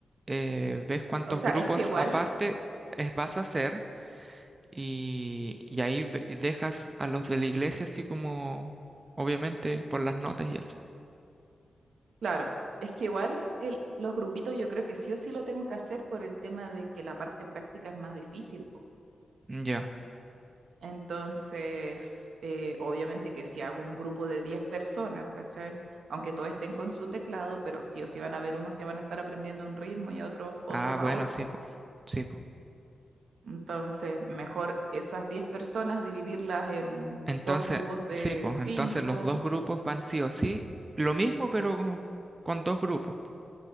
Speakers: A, on the right; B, on the right.
A: eh, ves cuántos
B: o sea,
A: grupos
B: es que igual,
A: aparte es- vas a hacer y, y ahí ve- dejas a los de la iglesia así como, obviamente, por las notas y eso.
B: claro, es que igual el, los grupitos yo creo que sí o sí lo tengo que hacer por el tema de que la parte práctica es más difícil, po.
A: Mm, Ya.
B: Entonces, eh, obviamente que si hago un grupo de 10 personas, ¿cachai? Aunque todos estén con su teclado, pero sí o sí van a haber unos que van a estar aprendiendo un ritmo y a otros, otros
A: Ah, bueno,
B: a otro.
A: sí, po. Sí, po.
B: Entonces, mejor esas 10 personas dividirlas en
A: Entonces,
B: dos grupos de
A: sí, pues,
B: cinco,
A: entonces los dos grupos van sí o sí. Lo mismo, pero con, con dos grupos. po.